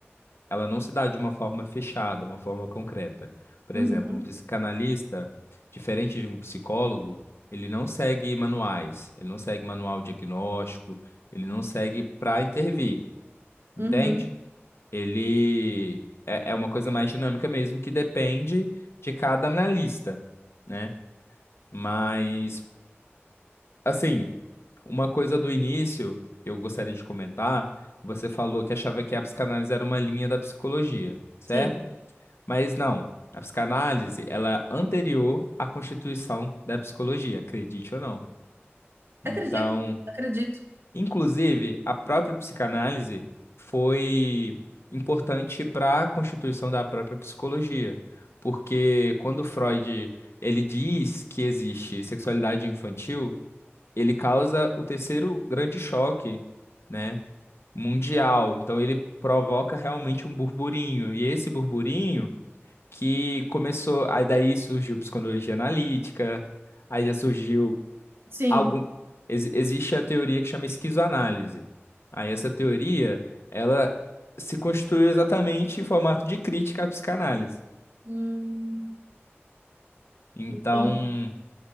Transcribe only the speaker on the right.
Uhum.
Uhum,
sim.
Acredito, acredito.
Sim.
Hum,
Entendi.